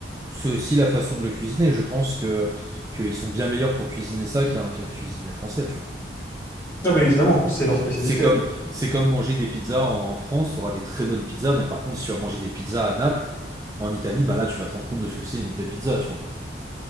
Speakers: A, on the right; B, on the left.
A: C'est aussi la façon de le cuisiner. Je pense que qu'ils sont bien meilleurs pour cuisiner ça qu'un qu'un cuisinier français, tu vois.
B: Ah bah évidemment, c'est leur spécialité.
A: C'est comme c'est comme manger des pizzas en France, t'auras des très bonnes pizzas, mais par contre, si tu vas manger des pizzas à Naples, en Italie, bah là, tu vas te rendre compte de ce que c'est une vraie pizza, tu vois.